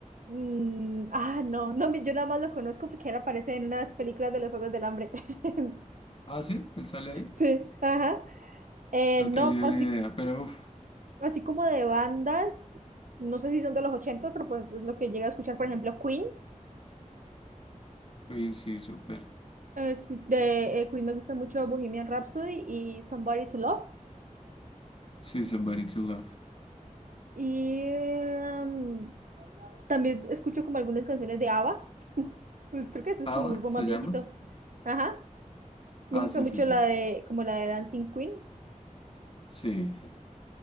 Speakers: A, on the right; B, on the left.
A: mm, ah, no, no, yo nada más lo conozco porque él aparece en unas películas de los Juegos del Hambre. <laughs>
B: Ah, sí, él sale ahí.
A: Sí, ajá. Eh,
B: No
A: no,
B: tenía
A: así
B: ni idea, pero uff,
A: Así como de bandas, no sé si son de los 80, pero pues es lo que llega a escuchar, por ejemplo, Queen.
B: Queen sí, súper.
A: Eh, escu- De, eh, Queen me gusta mucho Bohemian Rhapsody y Somebody to Love.
B: Sí, Somebody to Love.
A: Y em, también escucho como algunas canciones de ABBA. <laughs> Pues creo que ese es
B: ¿Ava
A: como un grupo
B: se
A: más
B: llama?
A: viejito. Ajá. Me
B: Ah,
A: gusta
B: sí,
A: mucho
B: sí, sí.
A: la de, como la de Dancing Queen.
B: Sí.